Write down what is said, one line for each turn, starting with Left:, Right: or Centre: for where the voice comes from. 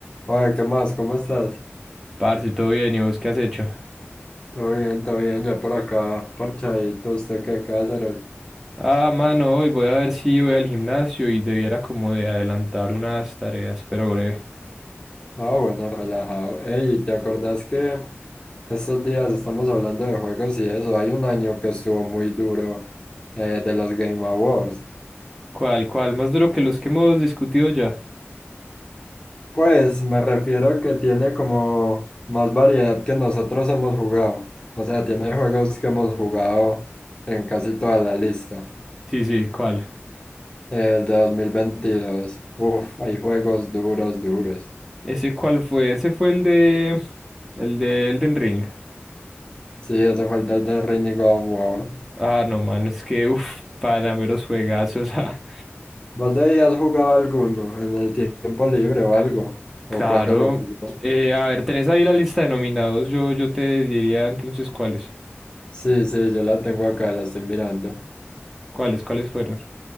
Left: Oye, ¿qué más? ¿Cómo estás?
Centre: Parce, todo bien, ¿y vos qué has hecho?
Left: Todo bien, todo bien, ya por acá, parchadito, ¿usted qué, qué va a hacer hoy?
Centre: Ah, mano, hoy voy a ver si voy al gimnasio y debiera como de adelantar unas tareas, pero breve.
Left: Ah, bueno, relajado. Ey, ¿te acordás que estos días estamos hablando de juegos y eso? Hay un año que estuvo muy duro eh, de los Game Awards.
Centre: ¿Cuál, cuál? Más duro que los que hemos discutido ya.
Left: Pues me refiero a que tiene como más variedad que nosotros hemos jugado. O sea, tiene juegos que hemos jugado en casi toda la lista.
Centre: Sí, sí, ¿cuál?
Left: El de dos mil veintidós Uf, hay juegos duros, duros.
Centre: ¿Ese cuál fue? Ese fue el de... el de Elden Ring.
Left: Sí, hace falta el de Rini God of War.
Centre: Ah, no, mano, es que, uff, para meros juegazos. <laughs> ah.
Left: ¿Vos debías jugar alguno en el tiempo libre o algo? ¿O
Centre: Claro.
Left: cuando lo jugó?
Centre: Eh, a ver, tenés ahí la lista de nominados, yo, yo te diría entonces cuáles.
Left: Sí, sí, yo la tengo acá, la estoy mirando.
Centre: ¿Cuáles, cuáles fueron?